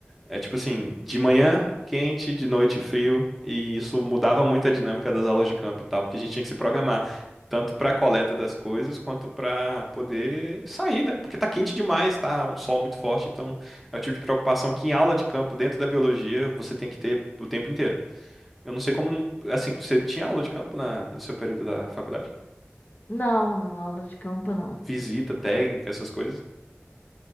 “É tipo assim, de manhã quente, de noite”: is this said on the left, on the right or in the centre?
Centre